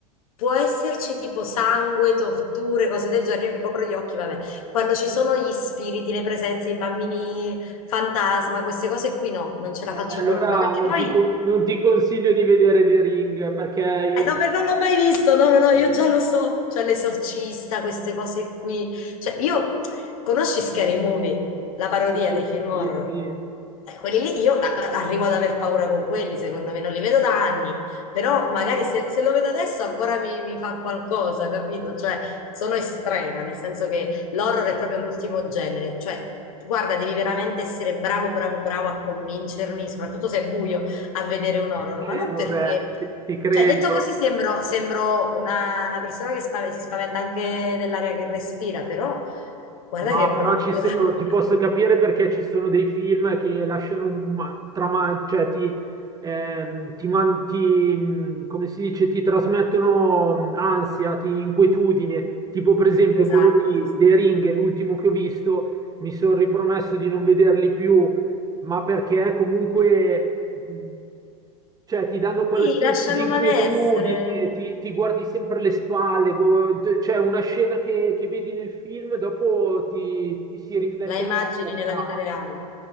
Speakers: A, on the left; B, on the right.
A: Può esserci tipo sangue, torture, cose del genere, io mi copro gli occhi, vabbè. Quando ci sono gli spiriti, le presenze, i bambini fantasma, queste cose qui no, non ce la
B: eh,
A: faccio
B: allora
A: proprio. Ma perché
B: non
A: poi
B: ti, co- non ti consiglio di vedere The Ring, perché... io-
A: eh, No, beh, non l'ho mai visto, no, no, no, io già lo so, cioè l'esorcista, queste cose qui, cioè io, conosci Scary Movie, la parodia
B: sì,
A: dei film
B: sì,
A: horror?
B: sì.
A: Eh, quelli lì, io a- a- arrivo ad aver paura con quelli, secondo me, non li vedo da anni, però magari se, se lo vedo adesso ancora mi, mi fa qualcosa, capito? Cioè, sono estrema, nel senso che l'horror è proprio l'ultimo genere, cioè, guarda, devi veramente essere bravo, bravo, bravo a convincermi, soprattutto se è buio, a vedere un horror,
B: Eh,
A: ma non
B: vabbè,
A: perché...
B: ti ti credo.
A: Cioè, detto così sembro, sembro una, una persona che spav- si spaventa anche dell'aria che respira, però guarda
B: No,
A: che brutto.
B: però ci sono,
A: <laughs>
B: ti posso capire perché ci sono dei film che lasciano un ma- trama, cioè ti, ehm, ti man- ti, mh, come si dice, ti trasmettono mh, ansia, ti, inquietudine. Tipo, per esempio,
A: Esatto,
B: quello di The
A: sì.
B: Ring, l'ultimo che ho visto, mi sono ripromesso di non vederli più, ma perché comunque mh, cioè, ti danno quel
A: Sì,
B: senso
A: lasciano
B: di
A: malessere,
B: inquietudine, ti, ti guardi sempre le spalle, go- t- cioè una scena che, che vedi nel film, dopo ti, ti si riflette
A: la immagini
B: nella testa.
A: nella vita reale.